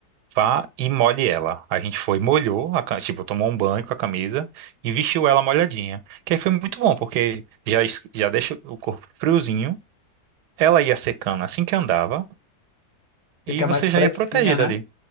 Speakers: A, on the right; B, on the left.
A: vá e molhe ela. A gente foi, molhou, a, ca- tipo, tomou um banho com a camisa e vestiu ela molhadinha. Que aí foi muito bom, porque já, es- já deixa o corpo friozinho, ela ia secando assim que andava
B: Fica
A: e você
B: mais fresquinha,
A: já ia protegida
B: né?
A: ali.